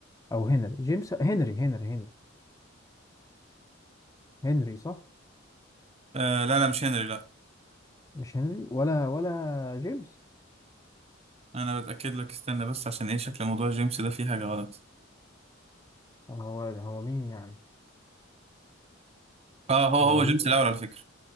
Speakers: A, on the left; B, on the right.
A: أو هنري جيمس هنري هنري هنري هنري صح؟
B: آه لا لا مش هنري لا
A: مش هنري ولا ولا جيمس
B: انا بتأكد لك استنى بس عشان ايه شكل موضوع جيمس ده فيه حاجة غلط
A: هو هو مين يعني
B: اه هو
A: هو
B: هو
A: مين
B: جيمس الأول على فكرة